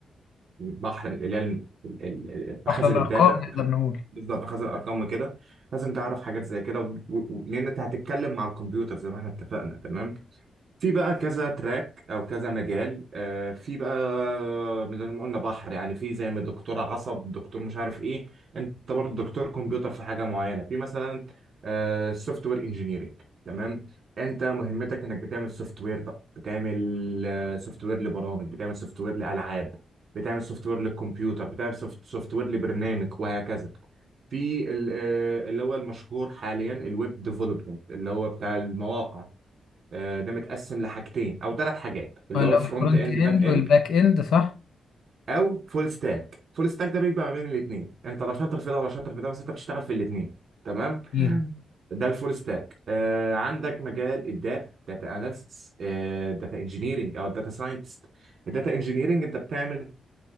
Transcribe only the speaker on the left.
احلى الارقام
نقدر نقول
آه، اللي
هو الفرونت
اند
والباك اند صح
جميل.